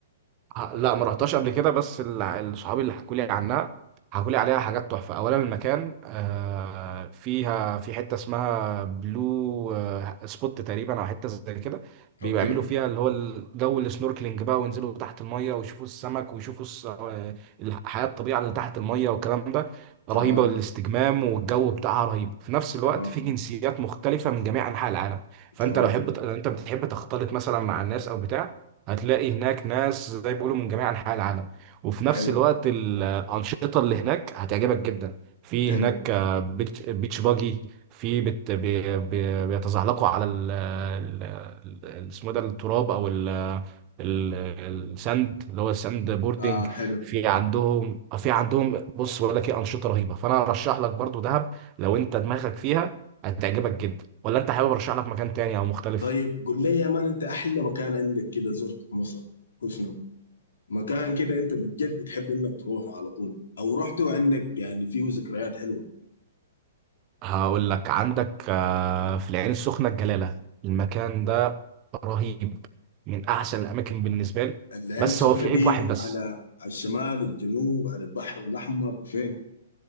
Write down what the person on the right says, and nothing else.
ه- لا ما رحتهاش قبل كده بس الع- الصحابي اللي حكوا لي عنها حكوا لي عليها حاجات تحفه اولا المكان آه، فيها في حته اسمها بلو آه، سبوت تقريبا او حته زي كده بيعملوا
فيها اللي هو الجو السنوركلينج بقى وينزلوا تحت الميه ويشوفوا السمك ويشوفوا الس- آه، الحياه الطبيعه اللي تحت الميه والكلام ده
رهيبه الاستجمام والجو بتاعها رهيب في نفس الوقت
في جنسيات مختلفه من جميع انحاء العالم فانت
لو حب انت بتحب تختلط مثلا مع الناس او بتاع هتلاقي هناك ناس زي ما بيقولوا من جميع انحاء العالم وفي نفس
الوقت الانشطه اللي هناك هتعجبك جدا في
هناك آه، بيتش بيتش باجي في بت بي بي بيتزحلقوا على ال ال- ال- اسمه ده التراب او ال ال- الساند اللي هو الساند بوردنج
في عندهم في عندهم بص بقول لك ايه انشطه رهيبه فانا ارشح لك برضو دهب لو انت دماغك فيها هتعجبك جدا ولا انت حابب ارشح لك مكان تاني او مختلف
هقول لك عندك آه، في العين السخنة الجلالة المكان ده رهيب من أحسن الأماكن بالنسبة لي
بس
هو في
عيب واحد بس